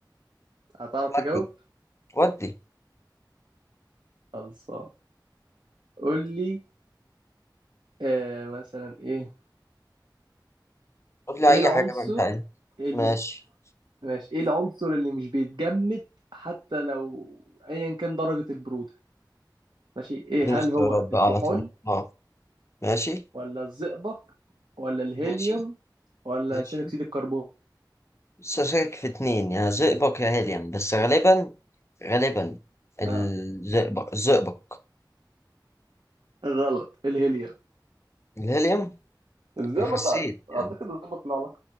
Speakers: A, on the right (about 75°); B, on the left (about 35°).
A: هتعرف
B: ودي
A: تجاوب؟
B: ودي
A: خلصان قول لي آه مثلا إيه
B: قول لي
A: إيه
B: أي
A: العنصر
B: حاجة بقى أنت عايزها
A: ال...
B: ماشي
A: ماشي إيه العنصر اللي مش بيتجمد حتى لو أيا كان درجة البرودة ماشي إيه
B: اديني اختيارات
A: هل هو
B: بقى
A: الكحول
B: على طول اه ماشي
A: ولا الزئبق ولا الهيليوم
B: ماشي
A: ولا
B: ماشي
A: ثاني أكسيد الكربون
B: لسه شاكك في اتنين يا زئبق يا هيليوم بس غالبا غالبا الزئبق
A: آه
B: الزئبق
A: غلط الهيليوم
B: الهيليوم
A: الزئبق
B: انا حسيت
A: أعتقد
B: يعني
A: أعتقد الزئبق له علاقة